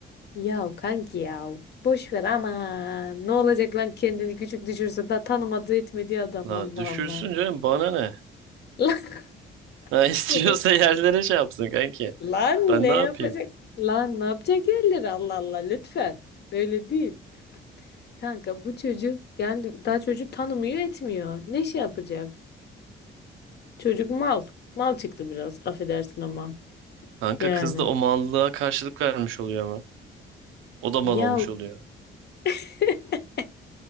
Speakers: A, on the left; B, on the right.
A: ya kanki ya boş ver ama ne olacak lan kendini küçük düşürse da tanımadığı etmediği adam
B: La
A: Allah
B: düşürsün
A: Allah.
B: canım bana ne?
A: Lan,
B: Ha
A: <laughs>
B: <laughs> istiyorsa yerlere şey yapsın kanki.
A: lan
B: Ben
A: ne
B: ne
A: yapacak?
B: yapayım?
A: Lan ne yapacak yerleri Allah Allah lütfen. Öyle değil. Kanka bu çocuk yani daha çocuk tanımıyor etmiyor. Ne şey yapacak? Çocuk mal. Mal çıktı biraz affedersin ama.
B: Kanka
A: Yani.
B: kız da o mallığa karşılık vermiş oluyor ama. O da mal
A: Ya
B: olmuş oluyor.
A: <laughs>